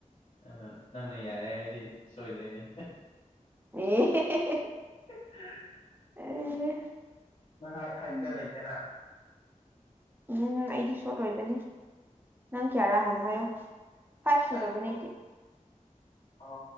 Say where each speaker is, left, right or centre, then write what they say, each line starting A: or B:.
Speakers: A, on the left (about 60°); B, on the right (about 15°).
A: ꯑꯗꯣ ꯅꯪꯅ ꯌꯥꯏ ꯍꯥꯏꯔꯗꯤ ꯁꯣꯏꯗ꯭ꯔꯦꯅꯦ
B: <unintelligible>
A: <unintelligible>
B: ꯑꯦ
A: ꯅꯪꯅ ꯍꯥꯏ ꯍꯥꯏꯠ
B: ꯎꯝ
A: ꯀ꯭ꯌꯥ ꯂꯩꯒꯦꯅ
B: ꯎꯝ ꯑꯩꯗꯤ ꯁꯣꯔꯠ ꯑꯣꯏꯕꯅꯦ ꯅꯪ ꯀ꯭ꯌꯥꯔꯥ ꯍꯥꯟꯅ ꯍꯥꯏꯌꯣ ꯐꯥꯏꯚ ꯁꯨꯗꯕꯅꯦ
A: ꯑꯩꯁꯨ
B: ꯑꯩꯗꯤ
A: ꯑꯣ